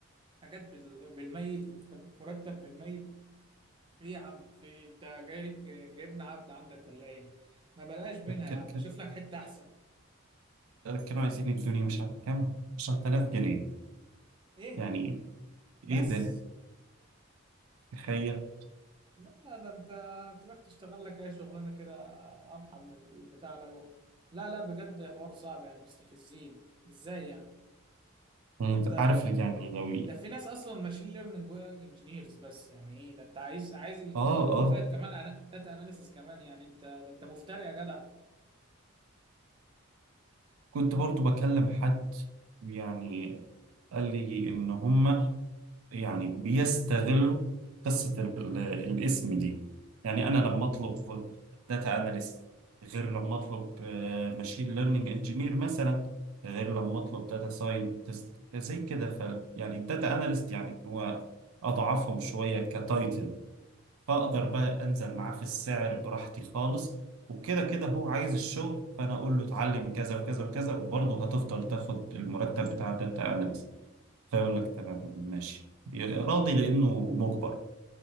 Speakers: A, on the right; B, on the right.
A: حاجات بال- بالميت مرتب مرتب بالميت ايه يا عم في انت جاي جاي- جايبنا عبد عندك ولا ايه ما بلاش منها
B: ك-
A: يا عم
B: ك-
A: شوف لك حتة احسن
B: كانوا عايزين يدوني مش عارف كام 10000 جنيه
A: ايه
B: يعني
A: بس
B: ايه ده تخيل
A: لا لا ده انت تروح تشتغل لك اي شغلانه كده ارحم من البتاع ده لا لا بجد حوار صعب يعني مستفزين ازاي يعني
B: انت
A: ده انت يعني
B: عارف يعني لو
A: ده في ناس اصلا ماشين ليرنينج واي انجينيرز بس يعني ايه ده انت عايز عايز الاثنين
B: اه
A: دول
B: اه
A: وزائد كمان أنا... داتا اناليسيس كمان يعني انت ده انت مفتري يا جدع
B: كنت برضو بكلم حد يعني قال لي إن هما يعني بيستغلوا قصة ال- الاسم دي يعني أنا لما أطلب داتا أناليست غير لما أطلب ماشين ليرنينج انجينير مثلا غير لما أطلب داتا ساينتست زي كده ف يعني الداتا أناليست يعني هو أضعفهم شوية كتايتل فاقدر
A: مم.
B: بقى انزل معاه في السعر براحتي خالص وكده كده هو عايز الشغل فانا اقول له اتعلم كذا وكذا وكذا وبرضه هتفضل تاخد المرتب بتاع الداتا اناليست فيقول لك تمام ماشي راضي لانه مجبر